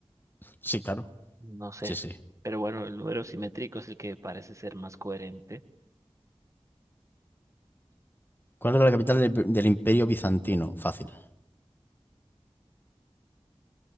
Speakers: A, on the left (about 20°); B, on the right (about 30°).
A: Sí, claro.
B: no sé.
A: Sí, sí.
B: Pero bueno, el número simétrico es el que parece ser más coherente.
A: ¿Cuál era la capital del, del Imperio Bizantino? Fácil.